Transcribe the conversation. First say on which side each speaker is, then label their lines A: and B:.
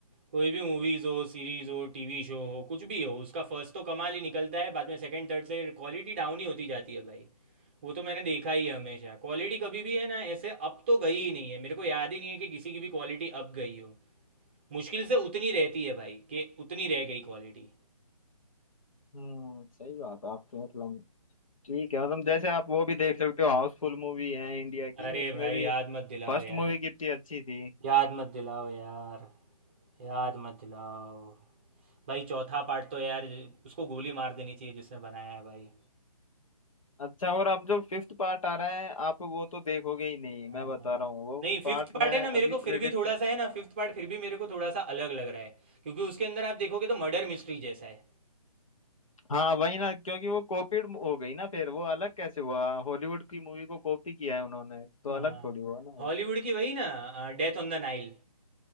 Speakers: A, on the right (about 15°); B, on the left (about 60°).
A: कोई भी मूवीज़ हो सीरीज़ हो टीवी शो हो कुछ भी हो उसका फर्स्ट तो कमाल ही निकलता है बाद में सेकंड थर्ड से क्वालिटी डाउन ही होती जाती है भाई वो तो मैंने देखा ही है हमेशा क्वालिटी कभी भी है ना ऐसे अप तो गई ही नहीं है मेरे को याद ही नहीं है कि किसी की भी क्वालिटी अप गई हो मुश्किल से उतनी रहती है भाई कि उतनी रह गई क्वालिटी
B: हम्म सही बात है आपकी मतलब ठीक है मतलब जैसे आप वो भी देख सकते हो हाउसफुल मूवी है इंडिया की
A: अरे
B: उसमें
A: भाई
B: भी
A: याद मत दिलाओ
B: फर्स्ट
A: यार
B: मूवी कितनी अच्छी थी
A: याद मत दिलाओ यार याद मत दिलाओ भाई चौथा पार्ट तो यार उसको गोली मार देनी चाहिए जिसने बनाया है भाई
B: अच्छा और अब जो फिफ्थ पार्ट आ रहा है आप वो तो देखोगे ही नहीं
A: हाँ।
B: मैं बता रहा हूँ वो
A: नहीं फिफ्थ
B: पार्ट
A: पार्ट
B: मैं
A: है ना मेरे
B: अभी
A: को
B: प्रेडिक्ट
A: फिर भी थोड़ा
B: कर रहा
A: सा है ना
B: हूँ।
A: फिफ्थ पार्ट फिर भी मेरे को थोड़ा सा अलग लग रहा है क्योंकि उसके अंदर आप देखोगे तो मर्डर मिस्ट्री जैसा है
B: हाँ वही ना क्योंकि वो कॉपीड हो गई ना फिर वो अलग कैसे हुआ हॉलीवुड की मूवी को कॉपी किया है उन्होंने तो
A: हाँ
B: अलग थोड़ी हुआ ना वो
A: हॉलीवुड की वही ना डेथ ऑन द नाइल